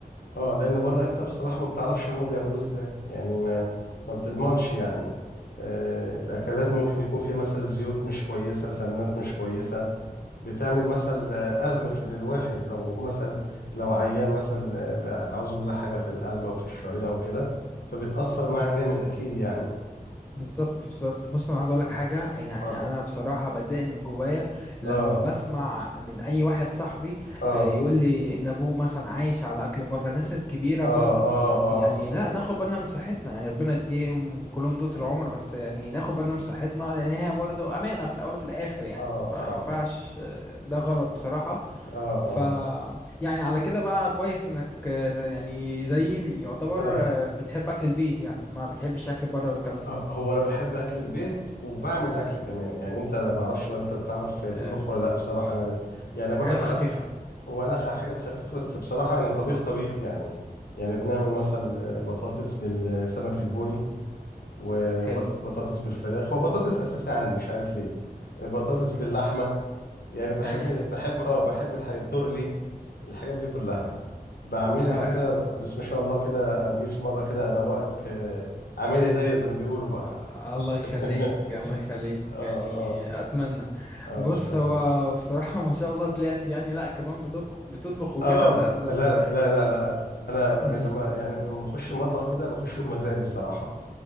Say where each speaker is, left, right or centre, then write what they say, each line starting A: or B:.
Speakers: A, on the left; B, on the left.
A: اه لان بره انت بصراحه ما بتعرفش هما بيعملوه ازاي يعني ما ما بتضمنش يعني آه الاكلات ممكن يكون فيها مثلا زيوت مش كويسه سمنات مش كويسه بتعمل مثلا آه، ازمه في الواحد لو مثلا لو عيان مثلا آه، بقى- اعوذ بالله حاجه في القلب او في الشرايين او كده فبتاثر معاه جامد اكيد يعني
B: بالظبط بالظبط بص انا عايز اقول لك
A: اه
B: حاجه يعني
A: اتفضل
B: انا بصراحه بتضايق من جوايا لما
A: اه
B: بسمع من اي واحد صاحبي
A: اه
B: آه، يقول لي ان ابوه مثلا عايش على اكل بره الناس الكبيره
A: اه
B: برضو
A: اه
B: يعني
A: اه
B: لا ناخد بالنا من صحتنا يعني ربنا يديهم كلهم طول العمر بس يعني ناخد بالنا من صحتنا لان هي برضو امانه في الاول وفي الاخر يعني
A: اه صعب
B: فما ينفعش آه، ده غلط بصراحه
A: اه
B: ف
A: اه
B: يعني على كده بقى كويس انك آه، يعني زيي يعتبر
A: آه.
B: آه، بتحب اكل البيت يعني ما بتحبش اكل بره والكلام ده
A: هو انا بحب اكل البيت وبعمل
B: مم.
A: اكل كمان يعني انت أنا ما اعرفش بقى انت بتعرف تطبخ
B: آه،
A: ولا لا بصراحه انا يعني برضك
B: حاجات خفيفة
A: على وانا حاجات خفيفه بس بصراحه يعني طبيخ طبيخ يعني يعني بنعمل مثلا بطاطس بالسمك البوري وبطاطس
B: حلو
A: بالفراخ هو بطاطس اساسي عندي مش عارف ليه بطاطس
B: مم.
A: باللحمه يعني بحب
B: أيوة
A: بحب اه بحب الحاجات التورلي الحاجات دي كلها بعملها
B: آه،
A: كده
B: آه،
A: بس ما شاء الله كده اجي في مره كده ادوقك آه، عامل ايديا زي ما بيقولوا بقى
B: آه، الله يخليك
A: اه
B: الله يخليك
A: اه
B: يعني أتمنى
A: اه
B: بص
A: ان شاء
B: هو
A: الله
B: بصراحة <laughs> ما شاء الله طلعت يعني لأ كمان بتطبخ بتطبخ وكده
A: اه
B: لأ ده
A: لا لا لا لا انا
B: مم.
A: لما يعني لما اخش المطبخ كده بخش بمزاج بصراحه